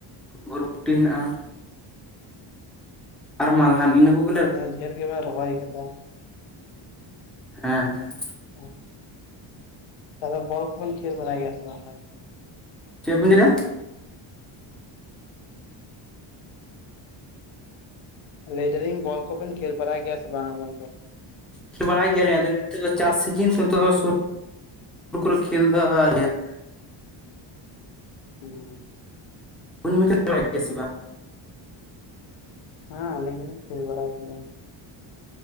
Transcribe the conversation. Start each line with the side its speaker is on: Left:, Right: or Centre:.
Centre: ᱵᱷᱩᱨᱵᱩᱴᱤ ᱦᱮᱱᱟᱜᱼᱟ ᱾ ᱟᱨ ᱢᱟᱞᱦᱟᱱ, ᱤᱱᱟ ᱠᱚᱜ
Left: ᱟᱼᱭ, ᱰᱷᱮᱨ ᱜᱮᱵᱟᱱ, ᱨᱚᱦᱚᱭ ᱟᱠᱟᱫᱟ ᱾
Centre: <inaudible> ᱦᱮᱸ ᱾
Left: ᱚᱸᱜ ᱾ ᱛᱟᱦᱚᱞᱮ, ᱵᱚᱞ ᱠᱚ, ᱠᱷᱮᱞ ᱵᱟᱲᱟᱭ ᱜᱮᱭᱟ ᱥᱮ ᱵᱟᱝ?
Centre: ᱪᱮᱫ ᱵᱮᱱ ᱞᱟᱹᱭ ᱮᱜᱼᱟ?
Left: ᱞᱟᱹᱭ ᱮᱫᱟ ᱞᱤᱧ, ᱵᱚᱞ ᱠᱚ ᱵᱮᱱ, ᱠᱷᱮᱞ ᱵᱟᱲᱟᱭ ᱜᱮᱭᱟ, ᱥᱮ ᱵᱟᱝ? ᱜᱚᱝᱠᱮ ᱾
Centre: ᱠᱷᱮᱞ, ᱵᱟᱲᱟᱭ ᱜᱮᱭᱟᱞᱤᱧ ᱾ ᱟᱫᱚ, ᱱᱤᱛᱚᱜ ᱫᱚ, ᱪᱟᱥ ᱥᱤᱡᱤᱱ <unintelligible> ᱱᱚᱜ ᱫᱚ, ᱥᱩᱨ ᱥᱩᱨ ᱠᱚᱨᱮ, ᱠᱷᱮᱞ ᱫᱚ ᱟᱨᱠᱤ -
Left: ᱦᱚᱸ ᱻ ᱾
Centre: ᱩᱱ <unintelligible> ᱯᱮᱠᱴᱨᱥ ᱜᱮᱭᱟ ᱥᱮ ᱵᱟᱝ?
Left: ᱦᱟᱸᱻ ᱟᱹᱞᱤᱧ ᱦᱚᱸᱞᱤᱧ, ᱠᱷᱮᱞ ᱵᱟᱲᱟᱭ ᱜᱮᱭᱟ ᱾